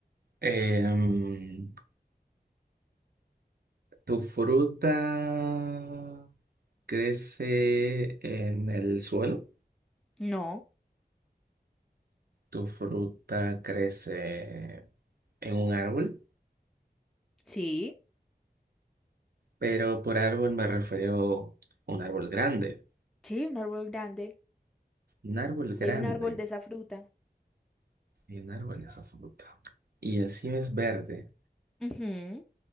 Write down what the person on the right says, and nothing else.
Em, ¿tu fruta crece en el suelo?
¿Tu fruta crece en un árbol?
Pero por árbol me refiero a un árbol grande.
Un árbol grande.
Y un árbol de esa fruta. Y encima es verde.